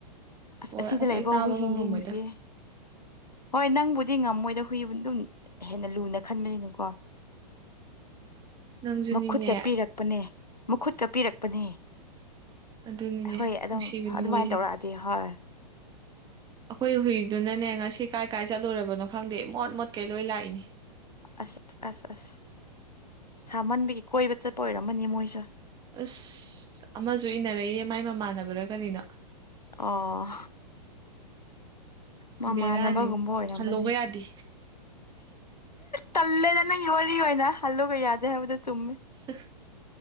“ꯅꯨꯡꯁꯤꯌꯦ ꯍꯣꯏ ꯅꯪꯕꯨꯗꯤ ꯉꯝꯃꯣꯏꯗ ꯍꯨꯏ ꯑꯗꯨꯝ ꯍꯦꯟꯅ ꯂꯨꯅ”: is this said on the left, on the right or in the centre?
Left